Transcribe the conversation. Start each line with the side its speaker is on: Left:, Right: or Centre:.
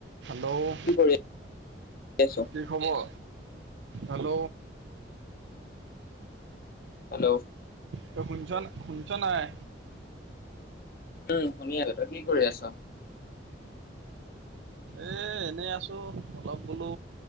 Right: Hello
Left: কি কৰি আছ?
Right: কি খবৰ। হেল্ল'।
Left: হেল্ল'।
Right: তই শুনিছ শুনিছ নাই।
Left: উম, শুনি আছ তই কি কৰি আছ।
Right: এ এনেই আছো, অলপ বোলো।